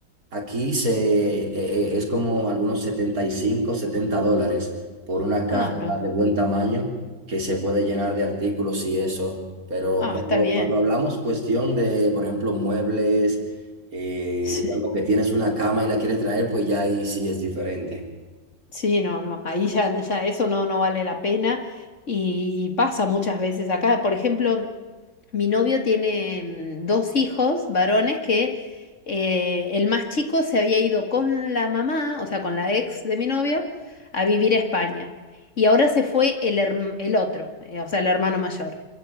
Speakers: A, on the right; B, on the left.
A: Aquí se, eh, eh, es como algunos 75 70 dólares por una caja
B: Ah, no.
A: de buen tamaño que se puede llenar de artículos y eso. Pero
B: Ah,
A: cuando,
B: está bien.
A: cuando hablamos cuestión de, por ejemplo, muebles, eh,
B: Sí,
A: digamos que tienes una cama y la quieres traer, pues ya ahí sí es diferente.
B: sí, no, no. Ahí ya, ya eso no, no vale la pena. Y, y pasa muchas veces acá. Por ejemplo, Mi novio tiene mm, dos hijos varones que eh, el más chico se había ido con la mamá, o sea, con la ex de mi novio, a vivir a España. Y ahora se fue el, herm- el otro, eh, o sea, el hermano mayor.